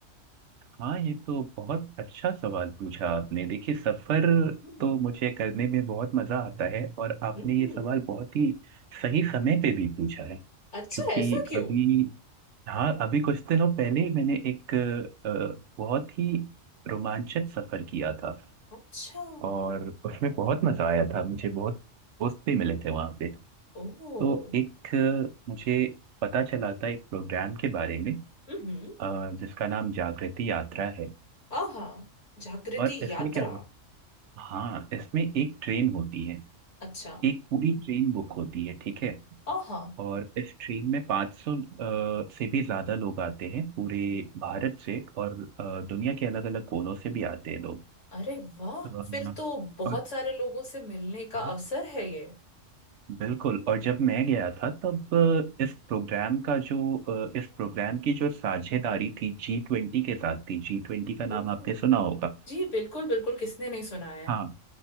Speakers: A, on the right; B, on the left.
A: हाँ ये तो बहुत अच्छा सवाल पूछा आपने देखिए सफर
B: हम्म
A: तो मुझे करने में बहुत मजा आता है और आपने
B: हम्म हम्म।
A: ये सवाल बहुत ही सही समय पे भी पूछा है
B: अच्छा
A: क्योंकि
B: ऐसा क्यों
A: अभी हाँ अभी कुछ दिनों पहले ही मैंने एक अ, बहुत ही रोमांचक सफर किया था
B: अच्छा
A: और उसमें बहुत मजा आया था मुझे बहुत दोस्त भी मिले थे वहाँ पे
B: ओह
A: तो एक अ, मुझे पता चला था एक प्रोग्राम के बारे में
B: हम्म
A: अ, जिसका नाम जागृति यात्रा है
B: आहा जागृति
A: और इसमें
B: यात्रा
A: क्या हाँ इसमें एक ट्रेन होती है
B: अच्छा
A: एक पूरी ट्रेन बुक होती है ठीक है
B: आहा
A: और इस ट्रेन में 500 अ, से भी ज़्यादा लोग आते हैं पूरे भारत से और अ, दुनिया के अलग अलग कोनों से भी आते हैं लोग
B: अरे वाह
A: अ, और
B: फिर तो बहुत सारे लोगों से मिलने का
A: हाँ
B: अवसर है ये
A: बिल्कुल और जब मैं गया था तब अ, इस प्रोग्राम का जो अ, इस प्रोग्राम की जो साझेदारी थी जी ट्वेंटी के साथ थी जी ट्वेंटी का
B: ओह
A: नाम आपने सुना होगा
B: जी बिल्कुल बिल्कुल किसने नहीं सुना है
A: हाँ